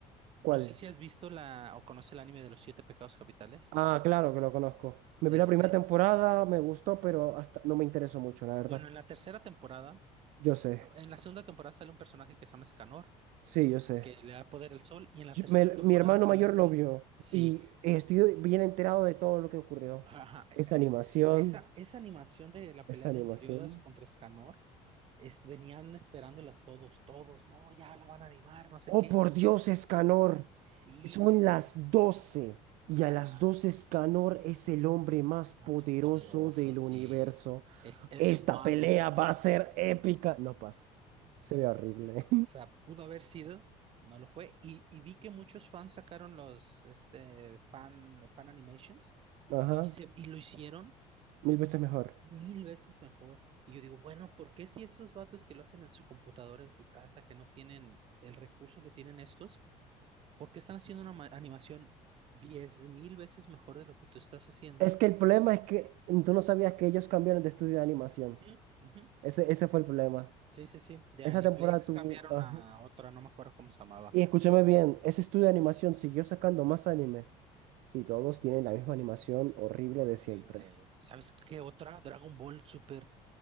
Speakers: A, on the right; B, on the right.
A: ¿cuál?
B: No sé si has visto la o conoces el anime de los siete pecados capitales.
A: Ah, claro que lo conozco. Me
B: Este,
A: vi la primera temporada, me gustó, pero hasta no me interesó mucho, la verdad.
B: bueno, en la tercera temporada,
A: Yo sé,
B: en la segunda temporada sale un personaje que se llama Escanor.
A: sí, yo sé.
B: que le da poder al sol, y en la
A: Yo-
B: tercera
A: me-
B: temporada
A: mi hermano
B: peleas
A: mayor
B: con...
A: lo vio
B: Sí,
A: y estoy bien enterado de todo lo que ocurrió.
B: ajá, eh,
A: Esa
B: eh,
A: animación,
B: po- Esa, esa animación de la
A: esa
B: pelea de
A: animación.
B: Meliodas contra Escanor, es- venían esperándolas todos, todos, no, ya la van a animar, no sé
A: Oh,
B: qué.
A: por Dios, Escanor,
B: Sí,
A: son las doce y
B: ya,
A: a las doce Escanor es el hombre
B: se-
A: más poderoso
B: más poderoso,
A: del
B: sí.
A: universo.
B: Es, es
A: Esta
B: The One.
A: pelea va a ser épica. No pasa,
B: No
A: se
B: pasó.
A: ve horrible.
B: O sea, pudo haber sido, no lo fue. Y, y vi que muchos fans sacaron los este, fan, fan animations
A: <laughs> Ajá,
B: y, se, y lo hicieron
A: mil veces mejor.
B: Mil veces mejor. Y yo digo, bueno, ¿por qué si esos vatos que lo hacen en su computadora, en su casa, que no tienen el recurso que tienen estos, ¿por qué están haciendo una ma- animación diez mil veces mejor de lo que tú estás haciendo?
A: Es que el problema es que tú no sabías que ellos cambiaron de estudio de animación.
B: Ujú, ujú.
A: Ese, ese fue el problema.
B: Sí, sí, sí. De
A: Esa
B: Aniplex
A: temporada tuvo...
B: cambiaron
A: ajá.
B: a otra, no me acuerdo cómo se llamaba.
A: Y escúchame bien, ese estudio de animación siguió sacando más animes y todos tienen la misma animación horrible
B: Horrible.
A: de siempre.
B: ¿Sabes qué otra? Dragon Ball Super.